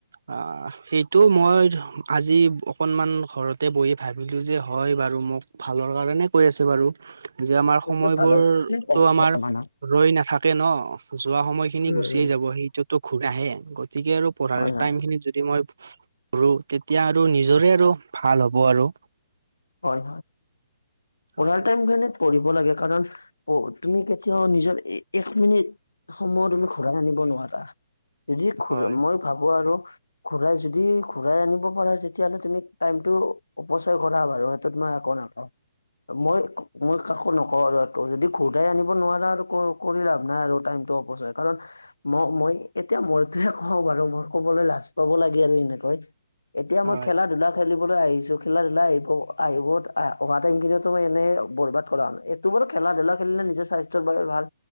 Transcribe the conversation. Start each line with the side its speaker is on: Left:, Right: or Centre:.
Right: অ সেইটো মই আজি অকনমান ঘৰতে বঢ়ি ভাবিলো যে হয় বাৰু। মোক ভালৰ কাৰণে কৈ আছে বাৰু। যে আমাৰ
Left: এইটো
Right: সময়বোৰতো
Left: ভালৰ ক্ষেত্ৰত ক'ব
Right: আমাৰ
Left: হয় মানুহ
Right: ৰৈ নাথা কে ন যোৱা সময়খিনি
Left: উম
Right: গুচিয়েই
Left: উম
Right: যাব সেইটোতো ঘূৰি নাহে গতিকে আৰু পঢ়াৰ
Left: হয় হয়
Right: টাইমখিনি যদি মই পঢ়ো তেতিয়া আৰু নিজৰে আৰু ভাল হ'ব আৰু।
Left: হয় পঢ়াৰ
Right: হয়
Left: টাইমখিনিত পঢ়িব লাগে কাৰণ তুমি কেতিয়াও নিজৰ এক মিনিট সময় তুমি ঘূৰাই আনিব নোৱাৰা। যি ঘূ
Right: হয়
Left: মই ভাবো আৰু। যদি ঘুৰাই আনিব পাৰা তেতিয়াহ'লে তুমি টাইমটো অপচয় ক ৰা বাৰু সেইটোত মই একো নকও। মই মই কাকো নকওঁ আৰু একো যদি ঘূৰাই আনিব নোৱাৰা আৰু কৰি লাভ নাই আৰু টাইম টো অপচয় কাৰণ মই মই এতিয়া মইতোহে কওঁ বাৰু মই ক'বলৈ লাজ পাব লাগে আৰু এনেকৈ। এতিয়া
Right: হয়
Left: মই খেলা-ধূলা খেলিবলৈ আহিছো খেলা-ধূলা আহি অ আহিব অহা টাইমখিনিটো মই এনেই বৰবাদ কৰা হ'ল এইটো বাৰু খেলা-ধূলা খেলিলে নিজৰ স্বাস্থ্য ৰ কাৰনে ভাল